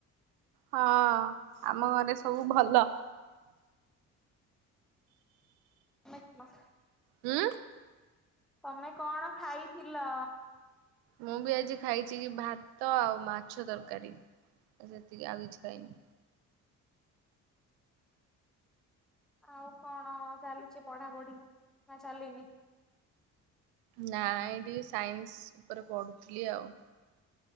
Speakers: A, on the right; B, in the centre.
A: ହଁ ଆମ ଘରେ ସବୁ ଭଲ।
B: <unintelligible>
A: ହୁଁ।
B: ତମେ କଣ ଖାଇଥିଲ?
A: ମୁଁ ବି ଆଜି ଖାଇଛି କି ଭାତ ଆଉ ମାଛ ତରକାରୀ ସେତିକି ଆଉ କିଛି ଖାଇନି।
B: ଆଉ କଣ ଚାଲୁଛି ପଢାପଢି ନା ଚାଲିନି?
A: ନାଇ ଏ ଟିକେ ସାଇନ୍ସ ଉପରେ ପଢୁଥିଲି ଆଉ।